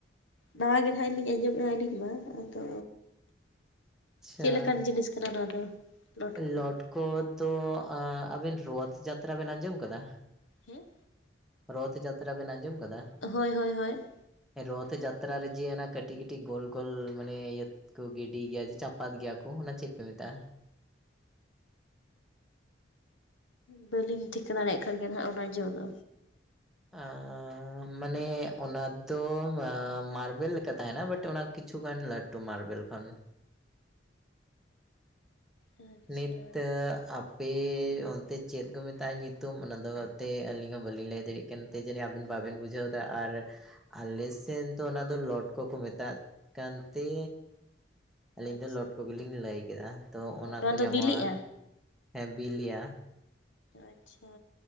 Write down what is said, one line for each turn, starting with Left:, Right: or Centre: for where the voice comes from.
Left: ᱱᱟᱣᱟ ᱜᱮ ᱱᱟᱦᱟᱜ ᱞᱤᱧ ᱟᱸᱡᱚᱢᱮᱜᱼᱟ ᱟᱹᱞᱤᱧ ᱢᱟ ᱟᱫᱚ
Centre: ᱟᱪᱪᱷᱟ
Left: ᱪᱮᱫ ᱞᱮᱠᱟᱱ ᱡᱤᱱᱤᱥ ᱠᱟᱱᱟ ᱱᱚᱣᱟ ᱫᱚ ᱞᱚᱴ ᱠᱚᱫᱚ?
Centre: ᱞᱚᱴᱠᱚ ᱫᱚ ᱟᱸ ᱟᱵᱮᱱ ᱨᱳᱛᱷ ᱡᱟᱛᱨᱟ ᱵᱮᱱ ᱟᱸᱡᱚᱢ ᱠᱟᱫᱟ
Left: ᱦᱮᱸ
Centre: ᱨᱚᱛᱷ ᱡᱟᱛᱨᱟ ᱵᱮᱱ ᱟᱸᱡᱚᱢ ᱠᱟᱫᱟ
Left: ᱦᱳᱭ ᱦᱳᱭ ᱦᱳᱭ
Centre: ᱨᱚᱛᱷ ᱡᱟᱛᱨᱟ ᱨᱮ ᱡᱮ ᱚᱱᱟ ᱠᱟᱹᱴᱤᱡ ᱠᱟᱹᱴᱤᱡ ᱜᱳᱞ ᱜᱳᱞ ᱢᱟᱱᱮ ᱤᱭᱟᱹ ᱠᱚ ᱜᱤᱰᱤ ᱜᱮᱭᱟ ᱡᱮ ᱪᱟᱯᱟᱫ ᱜᱮᱭᱟ ᱠᱚ ᱚᱱᱟ ᱪᱮᱫ ᱯᱮ ᱢᱮᱛᱟᱜ-ᱟ
Left: ᱵᱟᱹᱞᱤᱧ ᱴᱷᱤᱠᱟᱹ ᱫᱟᱲᱮᱭᱟᱜ ᱠᱟᱱ ᱜᱮᱭᱟ ᱱᱟᱦᱟᱜ ᱚᱱᱟ ᱡᱚ ᱫᱚ
Centre: ᱟᱸ ᱢᱟᱱᱮ ᱚᱱᱟ ᱫᱚ ᱟᱻ ᱢᱟᱨᱵᱮᱞ ᱞᱮᱠᱟ ᱛᱟᱦᱮᱱᱟ ᱵᱟᱴ ᱚᱱᱟ ᱠᱤᱪᱷᱩᱜᱟᱱ ᱞᱟᱹᱴ ᱴᱩ ᱢᱟᱨᱵᱮᱞ ᱠᱷᱚᱱ
Left: ᱟᱪᱪᱷᱟ
Centre: ᱱᱤᱛᱛᱮ ᱟᱯ ᱯᱮ ᱚᱱᱛᱮ ᱪᱮᱫ ᱠᱚ ᱢᱮᱛᱟᱜ-ᱟ ᱧᱩᱛᱩᱢ ᱚᱱᱟᱫᱚ ᱮᱛᱮ ᱟᱹᱞᱤᱧ ᱦᱚᱸ ᱵᱟᱹᱞᱤᱧ ᱞᱟᱹᱭ ᱫᱟᱲᱮᱭᱟᱜ ᱠᱟᱱ ᱛᱮ ᱡᱟᱹᱱᱤᱡ ᱟᱵᱤᱱ ᱵᱟᱵᱤᱱ ᱵᱩᱡᱷᱟᱹᱣ ᱫᱟ ᱟᱨ ᱟᱞᱮ ᱥᱮᱫ ᱫᱚ ᱚᱱᱟ ᱫᱚ ᱞᱚᱰ ᱠᱚ ᱠᱚ ᱢᱮᱛᱟᱜ ᱠᱟᱱᱛᱮ ᱟᱞᱤᱧ
Left: ᱟᱪᱪᱷᱟ
Centre: ᱫᱚ ᱞᱚᱰ ᱠᱚ ᱜᱮᱞᱤᱧ ᱞᱟᱹᱭ ᱠᱮᱫᱟ ᱛᱚ
Left: ᱦᱳᱭ
Centre: ᱚᱱᱟ
Left: ᱱᱚᱣᱟ
Centre: ᱠᱚ
Left: ᱫᱚ
Centre: ᱧᱟᱢᱚᱜ-ᱟ
Left: ᱵᱤᱞᱤᱜᱼᱟ?
Centre: ᱦᱮᱸ ᱵᱤᱞᱤᱭᱟ
Left: ᱟᱪᱪᱷᱟ